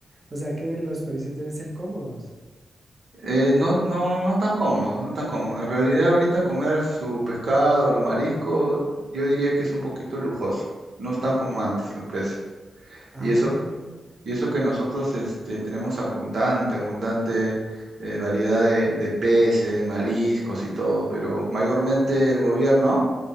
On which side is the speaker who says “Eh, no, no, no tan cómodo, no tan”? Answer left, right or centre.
Right